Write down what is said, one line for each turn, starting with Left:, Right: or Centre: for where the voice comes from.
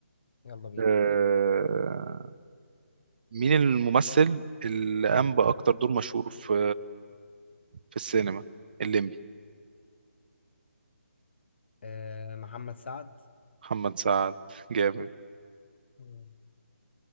Left: يلا بينا
Right: آه مين الممثل اللي قام باكتر دور مشهور في في السينما الليمبي
Left: أه محمد سعد
Right: محمد سعد جامد
Left: مم.